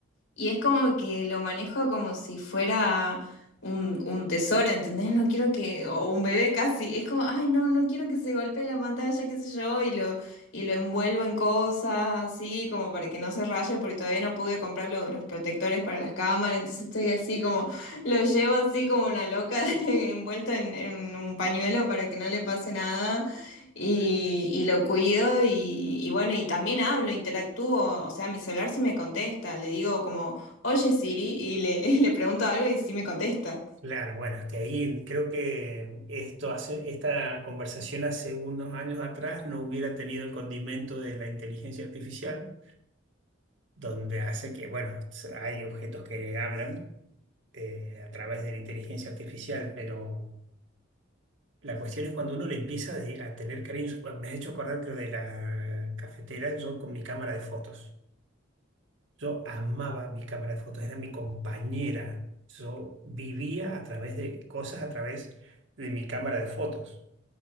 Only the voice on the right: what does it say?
claro, bueno, es que ahí creo que esto hace, esta conversación hace unos años atrás no hubiera tenido el condimento de la inteligencia artificial, donde hace que, bueno, hay objetos que hablan eh, a través de la inteligencia artificial, pero... La cuestión es cuando uno le empieza de- a tener cariño. Me has hecho acordar lo de la cafetera, yo con mi cámara de fotos. Yo amaba mi cámara de fotos, era mi compañera. Yo vivía a través de cosas, a través de mi cámara de fotos.